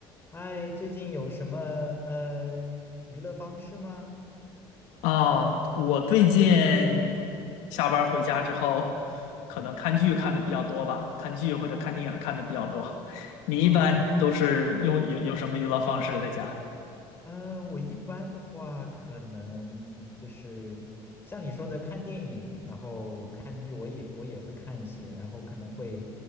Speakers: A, on the left (about 20°); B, on the left (about 80°).
A: 嗨，最近有什么呃娱乐方式吗？
B: 啊，我最近
A: 嗯
B: 下班儿回家之后，可能看剧看的比较多吧，
A: 嗯
B: 看剧或者看电影儿看的比较多。你一般都是用有有什么娱乐方式在家？
A: 哦，嗯，嗯我一般的话，可能就是像你说的看电影，然后看剧，我也我也会看一些，然后可能会